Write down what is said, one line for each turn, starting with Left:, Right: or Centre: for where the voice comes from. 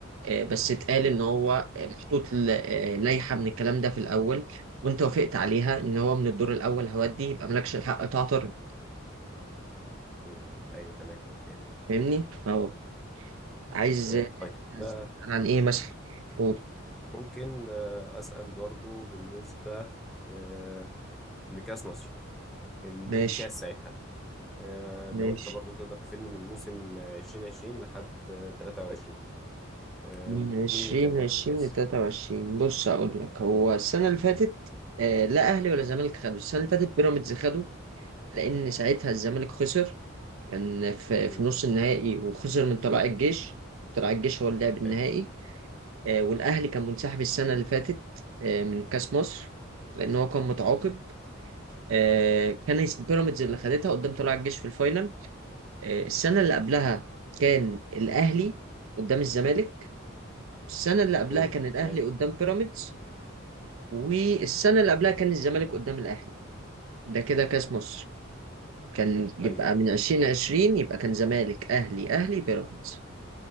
Right: آه، بس اتقال
Centre: مم.
Right: ان هو آه، محطوط ل- آه، لائحه من الكلام ده في الاول وانت وافقت عليها ان هو من الدور الاول هودي يبقى مالكش الحق تعترض
Centre: مم. ايوه تمام فهمت
Right: فاهمني؟ فهو عايز
Centre: تمام
Right: آه،
Centre: طيب ده
Right: عايز تسأل عن ايه مثلا؟ قول
Centre: ممكن آه، اسال برضو بالنسبه آه، لكاس مصر ال-
Right: ماشي
Centre: الكاس ساعتها آه،
Right: ماشي
Centre: لو انت برضو تقدر تفيدني من موسم آه، 2020 لحد آه، 23 آه،
Right: من عشرين
Centre: مين اللي كان واخد
Right: عشرين
Centre: الكاس
Right: لتلاتة وعشرين بص أقول لك هو
Centre: مم.
Right: السنة اللي فاتت آه لا أهلي ولا زمالك خدوا السنة اللي فاتت بيراميدز خدوا لأن ساعتها الزمالك خسر كان في,
Centre: مم.
Right: في نص النهائي وخسر من طلائع الجيش طلائع الجيش هو اللي لعب النهائي
Centre: حلو
Right: آه، والأهلي
Centre: مم.
Right: كان منسحب السنة اللي فاتت آه، من كأس مصر لأن هو كان متعاقب آه، كان بيراميدز اللي خدتها قدام طلائع الجيش في الفاينل آه، السنة اللي قبلها كان الأهلي قدام الزمالك السنة اللي قبلها
Centre: مم.
Right: كان الأهلي
Centre: تمام
Right: قدام بيراميدز والسنة اللي قبلها كان الزمالك قدام الأهلي ده كده كأس مصر كان يبقى
Centre: طيب
Right: من عشرين عشرين يبقى كان زمالك أهلي أهلي بيراميدز